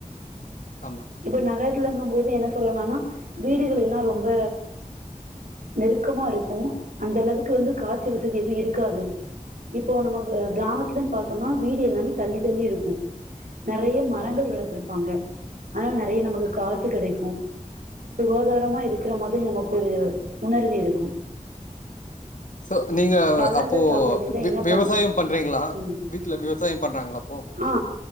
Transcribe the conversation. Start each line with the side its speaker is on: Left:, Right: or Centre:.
Left: ஆமா
Right: இப்ப நகரத்துல இருக்கு போது என்ன சொல்லானா வீடுகள் எல்லா ரொம்ப நெருக்கமா இருக்கு அந்த அளவுக்கு வந்து காத்துவசதி எதுவு இருக்காது இப்போ நம்ம கிராமத்துலு பார்த்தோனா வீடு எல்லாமே தள்ளி தள்ளி இருக்கு நிறைய மரங்கள்
Left: ஆமா
Right: வளர்த்துருப்பாங்க அதனால நெறைய நமக்கு காத்து கெடைக்கு சுகாதாரமா இருக்கிற மாரி நமக்கு ஒரு உணர்வு இருக்கு
Left: சோ நீங்க
Right: பழங்கள்
Left: அப்போ
Right: சாப்பிடுவீங்க. என்ன
Left: விவச
Right: பழ்
Left: சாயம் பண்றீங்களா
Right: ம்.
Left: வீட்ல விவசாயம் பண்றாங்களாப்போ
Right: ஆ.